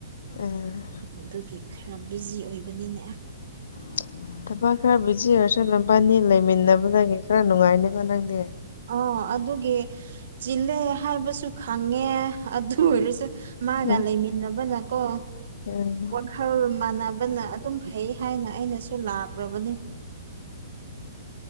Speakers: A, on the left (about 70°); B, on the right (about 65°).
A: ꯎꯝ
B: ꯑꯗꯨꯒꯤ ꯈꯔ ꯕꯤꯖꯤ ꯑꯣꯏꯕꯅꯤꯅꯦ
A: <inaudible> ꯊꯕꯛ ꯈꯔ ꯕꯤꯖꯤ ꯑꯣꯢꯔꯁꯨ ꯅꯝꯕꯥꯅꯤ ꯂꯩꯃꯤꯟꯅꯕꯗꯒꯤ ꯈꯔ ꯅꯨꯡꯉꯥꯏꯅꯤꯒꯣ ꯅꯪꯗꯤ
B: ꯑꯣ ꯑꯗꯨꯒꯤ ꯆꯤꯜꯂꯦ ꯍꯥꯏꯕꯁꯨ ꯈꯪꯉꯦ ꯑꯗꯨ ꯑꯣꯏꯔꯁꯨ ꯃꯥꯒ
A: ꯎꯝ
B: ꯂꯩꯃꯤꯟꯅꯕ ꯅ ꯀꯣ
A: ꯎꯝ
B: ꯈꯜ ꯃꯥꯟꯅꯕꯅ ꯑꯗꯨꯝ ꯐꯩ ꯍꯥꯏꯅ ꯑꯩꯅꯁꯨ ꯂꯥꯛꯔꯕꯅꯤ